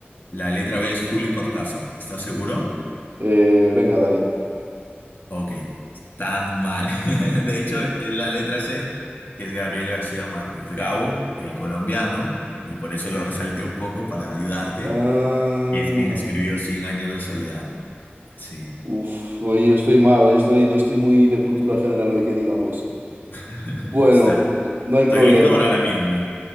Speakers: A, on the left (about 55°); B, on the right (about 55°).
A: La letra B es Julio Cortázar. ¿Estás seguro?
B: Eh, venga, dale.
A: Ok, estás mal. <laughs> De hecho, es la letra C, que es Gabriel García Márquez. Gabo, el colombiano, y por eso lo resalté un poco para ayudarte.
B: Ah,
A: Es quien escribió Cien años de soledad. Sí.
B: uf, hoy estoy mal, hoy estoy, no estoy muy de cultura general hoy que digamos.
A: <laughs>
B: Bueno,
A: Está.
B: n- no hay
A: Estoy
B: problema.
A: listo para la mía. A ver.